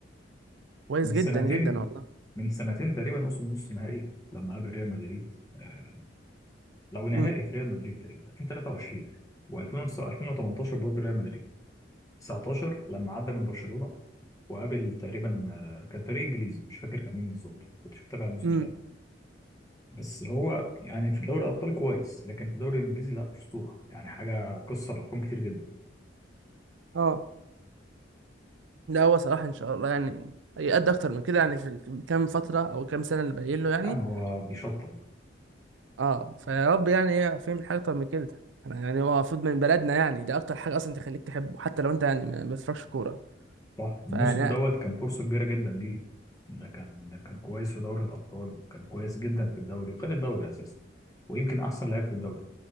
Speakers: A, on the right (about 85°); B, on the left (about 20°).
A: كويس
B: من
A: جدا
B: سنتين
A: جدا والله
B: من سنتين تقريبا وصل نص نهائي لما قابل ريال مدريد آه، لو نهائي
A: امم
B: في ريال مدريد تقريبا 2023 و2018 برضه ريال مدريد 19 لما عدى من برشلونة وقابل تقريبا آه، كان فريق انجليزي مش فاكر كان مين بالظبط كنتش متابع الموسم
A: امم
B: ده بس هو يعني في دوري الابطال كويس لكن في الدوري الانجليزي لا اسطوره يعني حاجه كسر ارقام كتير جدا
A: اه لا هو صلاح ان شاء الله يعني هيأدي اكتر من كده يعني في ال- كام فتره او كام سنه اللي باقيين له يعني
B: يعني هو بيشطب
A: اه فيا رب يعني ايه فاهم حاجه اكتر من كده انا يعني هو المفروض من بلدنا يعني ده اكتر حاجه اصلا تخليك تحبه حتى لو انت يعني ما ما بتفرجش كوره
B: صح الموسم
A: فيعني
B: دوت كان فرصه كبيره جدا ليه ده كان ده كان كويس في دوري الابطال وكان كويس جدا في الدوري وخد الدوري اساسا ويمكن احسن لاعب في الدوري